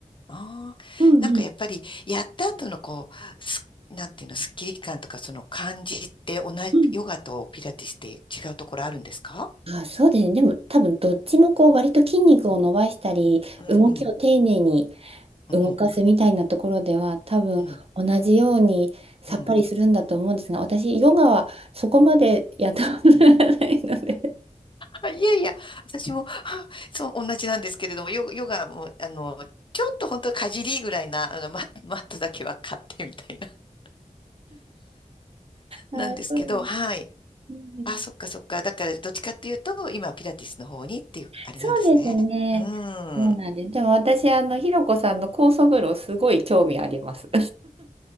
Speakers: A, on the left; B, on the right.
A: ああ、
B: うんうん
A: なんかやっぱり、やった後のこう、す、なんていうの、スッキリ感とかその感じって同じ、
B: うん
A: ヨガとピラティスって違うところあるんですか
B: あ、そうですね。でも多分どっちもこう割と筋肉を伸ばしたり、
A: うんうん
B: 動きを丁寧に動かすみたいなところでは多分同じようにさっぱりするんだと思うんですが私ヨガはそこまでやったことがないので
A: うんうんうんうん。あいやいや、私も、<laughs> あそう、同じなんですけれども、ヨ、ヨガも、あの、ちょっと本当かじりぐらいな、あの、マ、マットだけは買ってみたいな、<laughs>
B: あーそうなんです
A: なんですけど、はい。
B: うん
A: あ、そっかそっか。だから、どっちかっていうと、今、ピラティスの方にっていう、あれなんですね。
B: そうですねそうなんですでも私あのひろこさんの酵素風呂すごい興味あります
A: うん。